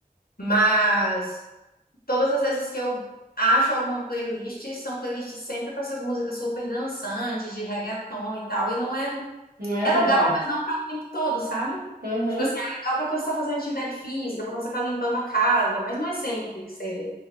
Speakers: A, on the left; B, on the right.
A: Mas todas as vezes que eu acho alguma playlist, são playlists sempre com essas músicas super dançantes, de reggaeton e tal. E não é.
B: Não é
A: É
B: a tua
A: legal,
B: vibe.
A: mas não para o tempo todo, sabe?
B: Aham.
A: Tipo assim, é legal para quando você tá fazendo atividade física, para quando você tá limpando a casa, mas não é sempre que você,